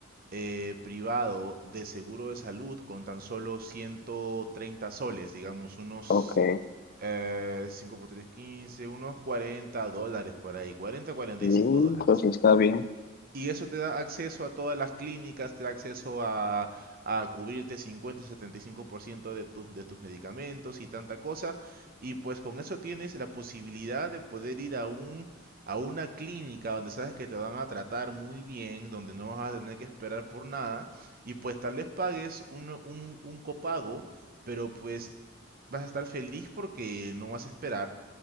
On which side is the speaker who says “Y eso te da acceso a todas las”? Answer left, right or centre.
Right